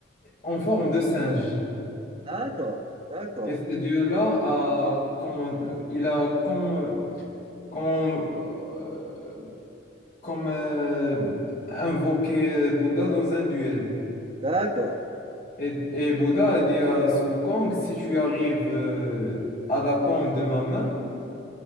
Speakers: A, on the left; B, on the right.
A: en forme de singe.
B: d'accord, d'accord,
A: Et ce dieu-là a, comment, il a comme, comme, euh, comme euh, invoqué Bouddha dans un duel.
B: d'accord.
A: Et, et Bouddha a dit à Sun Wukong, si tu arrives euh, à la paume de ma main